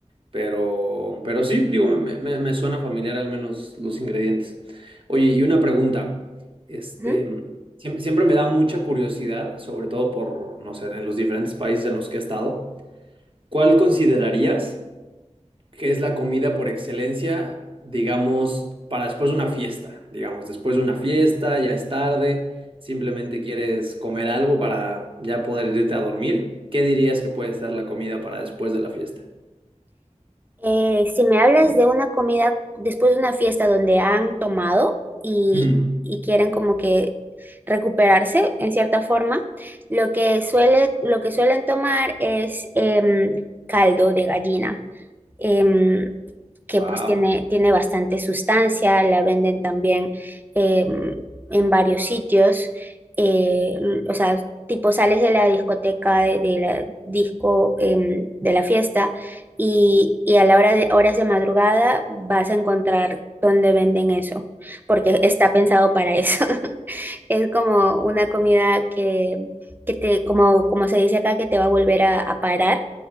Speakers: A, on the right; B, on the right.
A: Pero, pero sí, digo, me, me- me suena familiar al menos los ingredientes. Oye, y una pregunta. Este,
B: Ujú.
A: siem- siempre me da mucha curiosidad, sobre todo por, no sé, en los diferentes países en los que he estado. ¿Cuál considerarías que es la comida por excelencia, digamos, para después de una fiesta? Digamos, después de una fiesta, ya es tarde, simplemente quieres comer algo para ya poder irte a dormir. ¿Qué dirías que puede ser la comida para después de la fiesta?
B: Eh, si me hablas de una comida después de una fiesta donde han tomado y,
A: Mm.
B: y quieren como que recuperarse en cierta forma, lo que suele, lo que suelen tomar es em, caldo de gallina. Em, que
A: Wow.
B: pues tiene, tiene bastante sustancia, la venden también eh, en varios sitios, eh, o sea, tipo sales de la discoteca, de, de la disco, em, de la fiesta y, y a la hora de horas de madrugada vas a encontrar donde venden eso, porque está pensado para eso. <laughs> Es como una comida que, que te, como, como se dice acá, que te va a volver a a parar